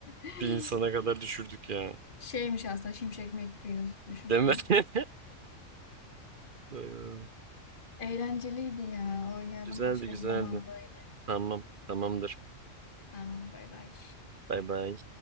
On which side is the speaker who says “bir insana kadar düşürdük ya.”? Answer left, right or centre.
Right